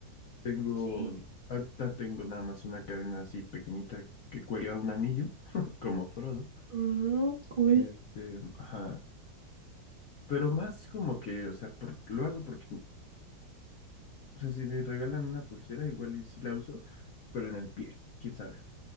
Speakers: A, on the left (about 60°); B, on the right (about 40°).
A: Tengo,
B: sí.
A: ahorita tengo nada más una cadena así pequeñita que cuelga un anillo, <laughs> como Frodo.
B: Mm, cool.
A: Este, ajá. Pero más como que, o sea, por- lo hago porque, o sea, si me regalan una pulsera, igual y sí la uso, pero en el pie, quién sabe.